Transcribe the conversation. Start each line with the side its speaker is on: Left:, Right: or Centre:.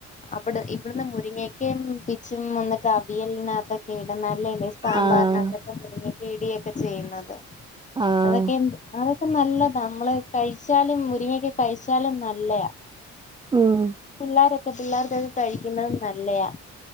Left: അവട് ഇവിടുന്ന് മുരിങ്ങക്കേം പിച്ചും വന്നിട്ട് അവിയലിനാത്തൊക്കെ ഇടുന്നല്ലേ ഗയ്സ് സാമ്പാറിനകത്തൊക്കെ
Right: ആഹ്
Left: മുരിങ്ങക്കെ ഇടിയൊക്കെ ചെയ്യുന്നത്
Right: ആഹ്
Left: അതൊക്കെണ്ട് അതൊക്കെ നല്ലത നമ്മള് കഴിച്ചാലും മുരിങ്ങൊക്കെ കഴിച്ചാലും നല്ല നല്ലയാ
Right: ഉം
Left: പിള്ളാരൊക്കെ പിള്ളേരുതത് കഴിക്കുന്നതും നല്ലയാ.